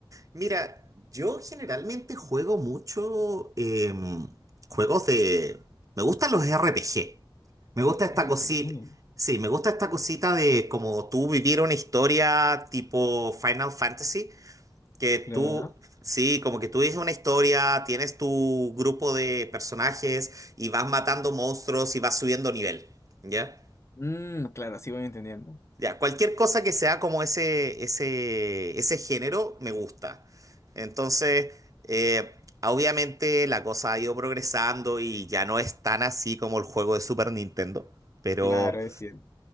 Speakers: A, on the right (about 40°); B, on the left (about 35°).
A: Mira, yo generalmente juego mucho em, juegos de... Me gustan los RPG. Me gusta esta
B: RPG,
A: cosita... Sí, me gusta esta cosita de como tú vivir una historia tipo Final Fantasy, que tú...
B: claro.
A: Sí, como que tú dices una historia, tienes tu grupo de personajes y vas matando monstruos y vas subiendo nivel, ¿ya?
B: Mm, claro, así voy entendiendo.
A: Ya, cualquier cosa que sea como ese, ese, ese género me gusta. Entonces, eh, obviamente la cosa ha ido progresando y ya no es tan así como el juego de Super Nintendo, pero,
B: Claro, es cierto.